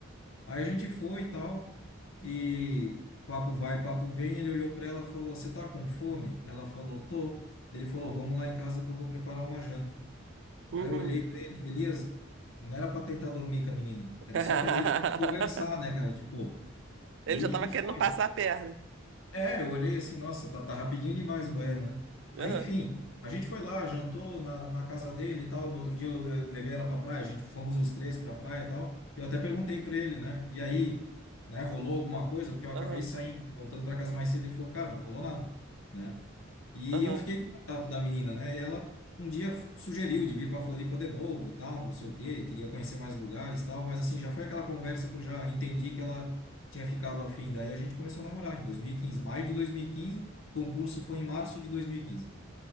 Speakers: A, on the left; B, on the right.
A: Aí a gente foi e tal. E papo vai, papo vem. Ele olhou pra ela e falou, você tá com fome? Ela falou, tô. Daí Ele falou, vamos lá em casa que eu vou preparar uma janta.
B: uhum.
A: Aí eu olhei pra ele, Elias, não era pra tentar dormir com a menina,
B: <laughs>
A: era só pra vir conversar, né, cara? Tipo, e,
B: Ele já estava
A: e
B: querendo
A: foi.
B: passar a perna.
A: É, eu olhei assim, nossa, tá, tá rapidinho demais o banheiro, né? Aí,
B: Aham,
A: enfim, a gente foi lá, jantou na, na casa dele e tal. No outro dia eu le- levei ela pra praia, a gente fomos os três pra praia e tal. Eu até perguntei pra ele, né? E aí, né, rolou alguma coisa? Porque eu acabei
B: aham,
A: saindo, voltando pra casa mais cedo. Ele falou, cara, não rolou nada, né? E
B: aham.
A: eu fiquei com o contato da menina, né? E ela um dia sugeriu de vir pra Floripa de novo, tal, não sei o quê, queria conhecer mais lugares, tal. Mas assim, já foi aquela conversa que eu já entendi que ela tinha ficado afim. Daí a gente começou a namorar em 2015, maio de 2015. Concurso foi em março de 2015.